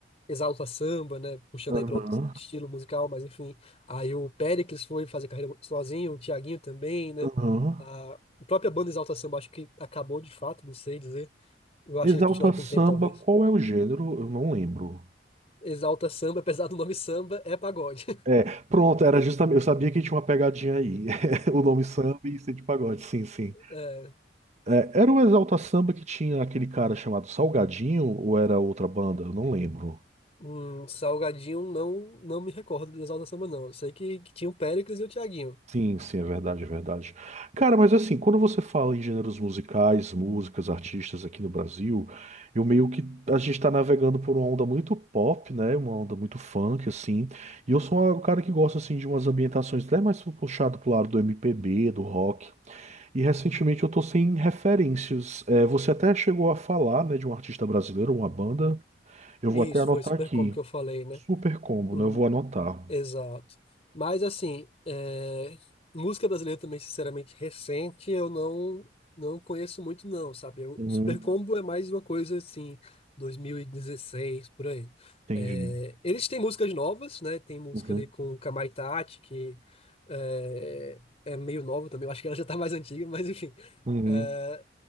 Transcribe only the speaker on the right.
Aham,
aham.
Exalta
Samba,
qual é o gênero? Eu não lembro.
É, pronto, era justamente. Eu sabia que tinha uma pegadinha aí. <laughs> O nome samba e ser de pagode, sim, sim.
É, era o Exalta Samba que tinha aquele cara chamado Salgadinho ou era outra banda? Eu não lembro.
Sim, sim, é verdade, é verdade. Cara, mas assim, quando você fala em gêneros musicais, músicas, artistas aqui no Brasil, eu meio que a gente tá navegando por uma onda muito pop, né? Uma onda muito funk, assim. E eu sou um cara que gosta assim de umas ambientações até mais puxado pro lado do MPB, do rock. E recentemente eu tô sem referências. É, você até chegou a falar, né, de um artista brasileiro, uma banda. Eu
vou até anotar
aqui.
Super Combo,
né? Eu vou anotar.
Uhum,
entendi.
Uhum,
uhum.